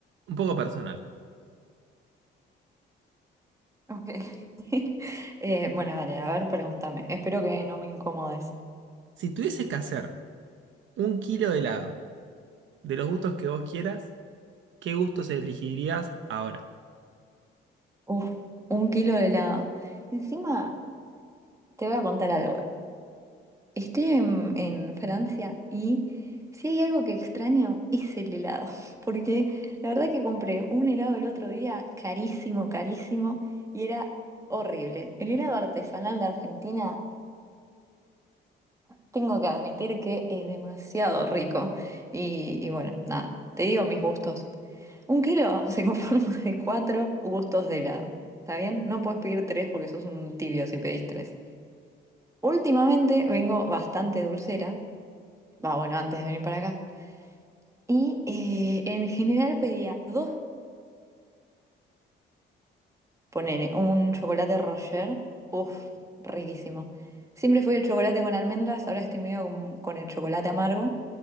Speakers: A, on the right; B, on the right.
A: un poco personal.
B: Ok. <laughs> Eh, bueno, dale, a ver, pregúntame. Espero que no me incomodes.
A: Si tuvieses que hacer un kilo de helado de los gustos que vos quieras, ¿qué gustos elegirías ahora?
B: Uf, un kilo de helado. Encima, te voy a contar algo. Estoy en, en Francia y si hay algo que extraño es el helado. <laughs> Porque la verdad que compré un helado el otro día, carísimo, carísimo, y era horrible. El helado artesanal de Argentina. Tengo que admitir que es demasiado rico. Y, y bueno, nada, te digo mis gustos. Un kilo <laughs> se conforma de cuatro gustos de helado. ¿Está bien? No puedes pedir tres porque sos un tibio si pedís tres. Últimamente vengo bastante dulcera. Va, bueno, antes de venir para acá. Y eh, en general pedía dos. Ponele un chocolate Roger. Uf, riquísimo. Siempre fui el chocolate con almendras, ahora estoy medio con con el chocolate amargo.